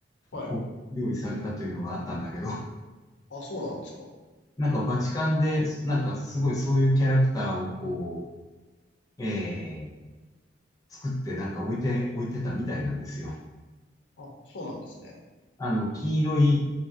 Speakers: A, on the left; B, on the left.
A: はい。
B: こう、用意されたというのがあったんだけど、
A: あ、そうなんですか。
B: なんかバチカンで、なんかすごいそういうキャラクターをこう、えー、作ってなんか置いて、置いてたみたいなんですよ。
A: あ、そうなんですね。
B: あの、黄色い、